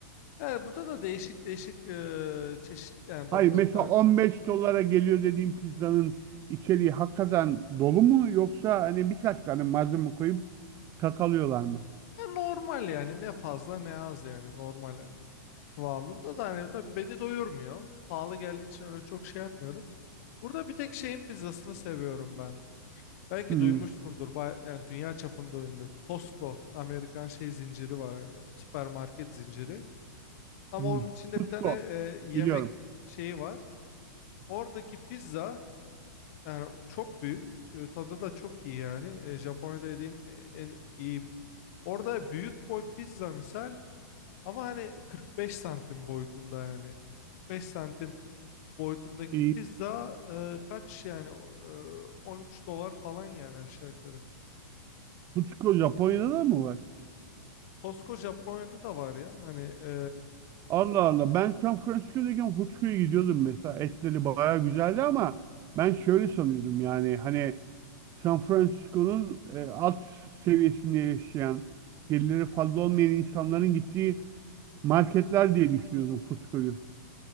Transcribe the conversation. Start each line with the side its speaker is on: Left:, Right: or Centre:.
Left: Yani burada da değişik değişik e, çeşit yani Domino's'tan
Right: Hayır, mesela 15 dolara geliyor dediğim pizzanın içeriği hakikaten dolu mu yoksa hani birkaç tane malzeme koyup kakalıyorlar mı?
Left: ya normal yani ne fazla ne az yani normal yani kıvamında da hani tabii beni doyurmuyor. Pahalı geldiği için öyle çok şey yapmıyorum. Burada bir tek şeyin pizzasını seviyorum ben. Belki
Right: Hmm.
Left: duymuşsundur bay- yani dünya çapında ünlü Costco Amerikan şey zinciri var hani süpermarket zinciri. Ama
Right: Hmm.
Left: onun içinde
Right: Cusco
Left: bir tane e, yemek
Right: biliyorum.
Left: şeyi var. Oradaki pizza yani çok büyük. E, tadı da çok iyi yani. E, Japonya'da yediğim e, en iyi. Orada büyük boy pizza misal ama hani 45 santim boyutunda yani. 45 santim boyutundaki
Right: Ee,
Left: pizza e, kaç yani e, 13 dolar falan yani aşağı yukarı.
Right: Cusco Japonya'da da mı var?
Left: Costco Japonya'da da var ya hani e,
Right: Allah Allah. Ben San Francisco'dayken Footköy'e gidiyordum mesela. Etleri bayağı güzeldi ama ben şöyle sanıyordum yani hani San Francisco'nun e, alt seviyesinde yaşayan, gelirleri fazla olmayan insanların gittiği marketler diye düşünüyordum Footköy'ü.